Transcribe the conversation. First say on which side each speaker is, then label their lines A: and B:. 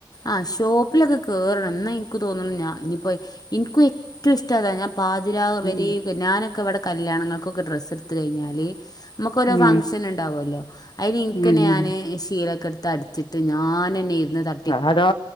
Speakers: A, on the left; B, on the left.
A: ആഹ് ഷോപ്പിലൊക്കെ കേറണം ന്നാ ഇൻക്ക് തോന്നുണു ഞാ ഇനിപ്പോ ഇൻക്കും എറ്റും ഇഷ്ട അതാ ഞാം പാതിരാവ്
B: ഉം
A: വെരെക്കെ ഞാനൊക്കെ വടെ കല്യാണങ്ങൾക്കൊക്കെ ഡ്രസ്സ്ട്ത്ത് കയ്ഞ്ഞാല് മ്മക്കാേരോ
B: ഉം
A: ഫംഗ്ഷന്ണ്ടാവാേല്ലോ അയ്ന് ഇൻക്കെന്നെ
B: ഉം ഉം
A: ഞാന് ശീലൊക്കെട്ത്ത് അട്ച്ച് ത് ഞാനെന്നെ ഇര്ന്ന് ത
B: സാധാ